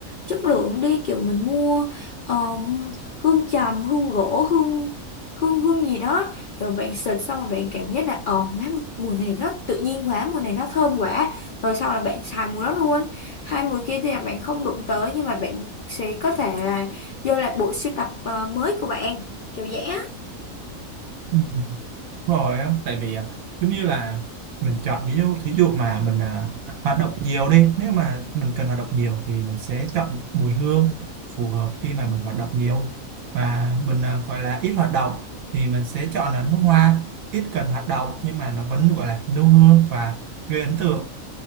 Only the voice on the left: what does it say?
chất lượng đi, kiểu mình mua um, hương trầm, hương gỗ, hương hương hương gì đó, rồi bạn xịt xong rồi bạn cảm giác là ờ má mùi này nó tự nhiên quá, mùi này nó thơm quá, rồi sau là bạn xài mùi đó luôn. Hai mùi kia thì là bạn không đụng tới nhưng mà bạn sẽ có thể là vô lại bộ sưu tập ờ, mới của bạn, kiểu vậy á.